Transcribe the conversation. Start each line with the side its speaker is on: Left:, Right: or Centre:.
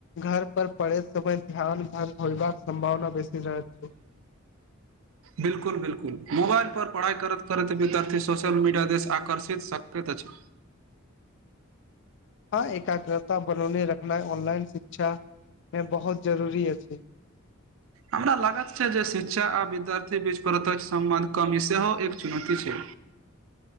Left: घर पर पड़े समय ध्यान भंग होयबाक सम्भावना बेसी रहै छै
Right: बिल्कुल बिल्कुल मोबाइल पर पढ़ाई करैत करैत विद्यार्थी सोशल मीडिया देश आकर्षित सकैत अछि
Left: हँ एकाग्रता बनौने रखनाइ ऑनलाइन शिक्षा में बहुत जरूरी अछि <inaudible>
Right: हमरा लागत छै जे शिक्षा आ विद्यार्थी बीच प्रत्यक्ष सम्बन्ध कमी सेहो एक चुनौती छै